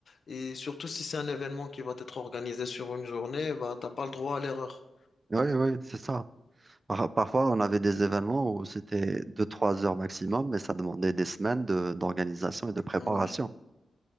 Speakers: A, on the left; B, on the right.
A: Et surtout, si c'est un événement qui va être organisé sur une journée, bah, t'as pas le droit à l'erreur.
B: Oui, oui, c'est ça. Par- parfois, on avait des événements où c'était deux trois heures maximum, mais ça demandait des semaines de- d'organisation et de préparation.
A: Ouais.